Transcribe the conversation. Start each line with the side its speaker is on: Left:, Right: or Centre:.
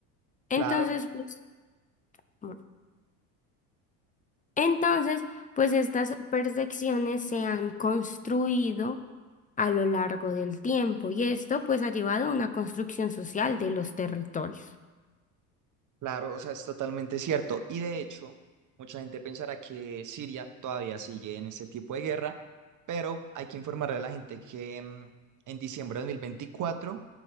Left: Entonces,
Right: Claro.
Left: pues, bueno, entonces, pues estas percepciones se han construido a lo largo del tiempo y esto pues ha llevado a una construcción social de los territorios.
Right: Claro, o sea, es totalmente cierto. Y de hecho, mucha gente pensará que Siria todavía sigue en ese tipo de guerra, pero hay que informarle a la gente que mm, en diciembre de 2024,